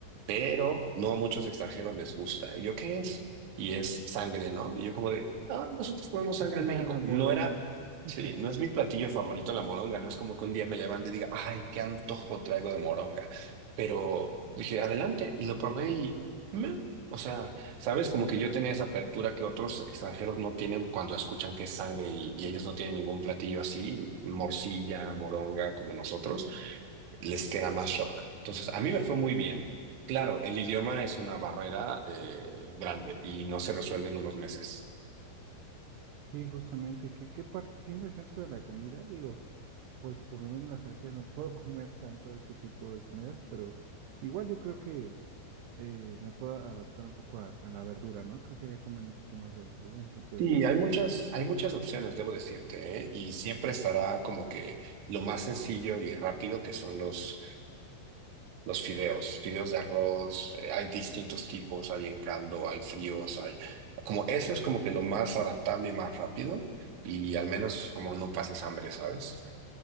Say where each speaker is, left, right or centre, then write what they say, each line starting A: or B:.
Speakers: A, on the right (about 60°); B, on the right (about 80°).
A: pero no a muchos extranjeros les gusta. ¿Y yo qué es? Y es sangre, ¿no? Y yo como de, ah, nosotros comemos sangre
B: <laughs>
A: en México.
B: La moronga.
A: No era,
B: <laughs>
A: sí, no es mi platillo favorito la moronga, no es como que un día me levante y diga, ay, qué antojo traigo de moronga. Pero dije, adelante, y lo probé y, meh, o sea... ¿Sabes? Como que yo tenía esa apertura que otros extranjeros no tienen cuando escuchan que es sangre y, y ellos no tienen ningún platillo así, morcilla, moronga, como nosotros, les queda más shock. Entonces, a mí me fue muy bien. Claro, el idioma es una barrera eh, grande y no se resuelve en unos meses.
B: Sí, justamente, ¿qué, qué parte, qué interesante eso de la comida? Digo. pues por lo menos en las alergias no <laughs> puedo comer tanto ese tipo de comidas, pero igual yo creo que eh, me puedo adaptar un poco a, a la verdura, ¿no? Creo que ya comen un poco más de verdura, entonces,
A: Sí, hay muchas, hay muchas opciones, debo decirte, ¿eh? Y siempre estará como que lo más sencillo y rápido que son los Los fideos, fideos de arroz, eh, hay distintos tipos, hay en caldo, hay fríos, hay... Como eso es como que lo más adaptable y más rápido y al menos como no pasas hambre, ¿sabes?